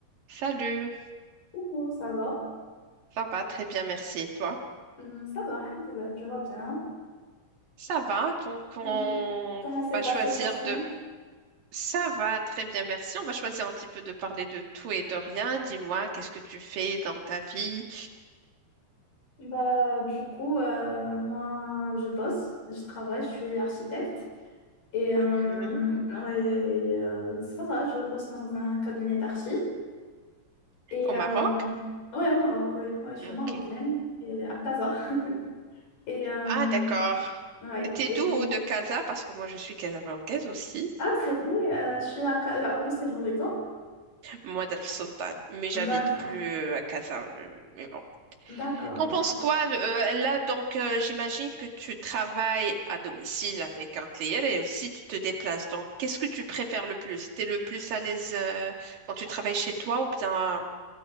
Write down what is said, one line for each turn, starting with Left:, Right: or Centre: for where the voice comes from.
Right: Salut,
Left: Coucou, ça va?
Right: ça va très bien, merci. Et toi?
Left: Hum, ça va, alhamdoulilah, tu vas bien?
Right: Ça va, donc on
Left: Hum, Comment s'est
Right: va
Left: passée
Right: choisir
Left: ta semaine?
Right: de... Ça va très bien, merci. On va choisir un petit peu de parler de tout et de rien. Dis-moi, qu'est-ce que tu fais dans ta vie?
Left: Bah, du coup, euh, moi, je bosse, je travaille, je suis architecte. Et, euh,
Right: Mhm.
Left: ouais, et, euh, ça va, je bosse dans un cabinet d'archi. Et
Right: Au
Left: euh,
Right: Maroc?
Left: ouais, au Maroc, ouais, ouais, je suis
Right: Ok.
Left: marocaine, et à Casa. Et euh,
Right: Ah, d'accord.
Left: ouais,
Right: T'es
Left: et
Right: d'où au de Casa? Parce que moi, je suis casablancaise aussi.
Left: ah, c'est vrai, euh, je suis à, Ca- à Boussélour et toi
Right: Moi, d'El Sultan. Mais j'habite
Left: D'accord,
Right: plus euh, à Casa. euh, Mais bon.
Left: d'accord,
Right: T'en
Left: ok.
Right: penses quoi euh, là donc euh, j'imagine que tu travailles à domicile avec un client et aussi tu te déplaces. Donc qu'est-ce que tu préfères le plus? T'es le plus à l'aise euh, quand tu travailles chez toi ou bien